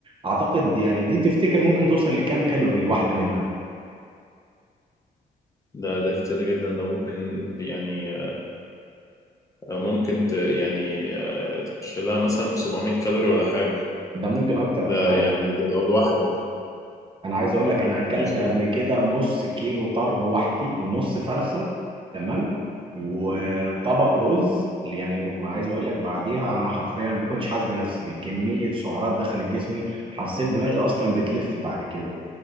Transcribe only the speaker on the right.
اعتقد يعني دي تفتكر ممكن توصل لكام كالوري الواحده منها
ده ممكن اكتر
كمان
انا عايز اقول لك انا اكلت
قبل كده نص كيلو طرب وحدي ونص فرخه تمام وطبق رز يعني وعايز اقول لك بعديها انا حرفيا ما كنتش حاسس بنفسي كميه سعرات دخلت جسمي حسيت دماغي اصلا بتلف بعد كده